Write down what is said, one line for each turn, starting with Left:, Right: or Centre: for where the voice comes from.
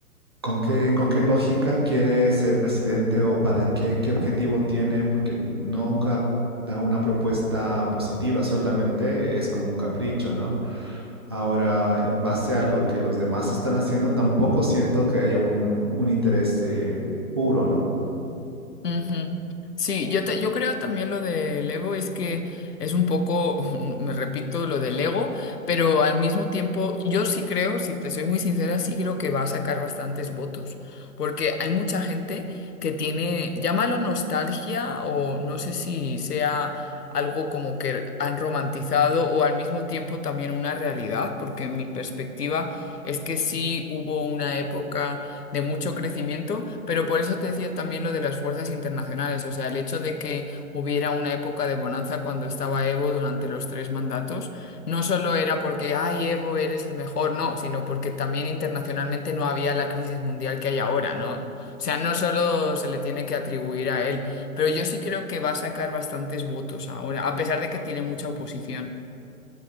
Right: ¿Con qué, con qué lógica quiere ser presidente o para qué, qué objetivo tiene? Porque nunca da una propuesta positiva, solamente es como un capricho, ¿no? Ahora, en base a lo que los demás están haciendo, tampoco siento que haya un, un interés eh, puro, ¿no?
Left: Ujú. Sí, yo, te- yo creo también lo del ego es que es un poco, <laughs> me repito, lo del ego, pero al mismo tiempo yo sí creo, si te soy muy sincera, sí creo que va a sacar bastantes votos, porque hay mucha gente que tiene, llámalo nostalgia o no sé si sea algo como que han romantizado o al mismo tiempo también una realidad, porque mi perspectiva es que sí hubo una época de mucho crecimiento, pero por eso te decía también lo de las fuerzas internacionales, o sea, el hecho de que hubiera una época de bonanza cuando estaba Evo durante los tres mandatos, no solo era porque, ay, Evo, eres el mejor, no, sino porque también internacionalmente no había la crisis mundial que hay ahora, ¿no? O sea, no solo se le tiene que atribuir a él, pero yo sí creo que va a sacar bastantes votos ahora, a pesar de que tiene mucha oposición.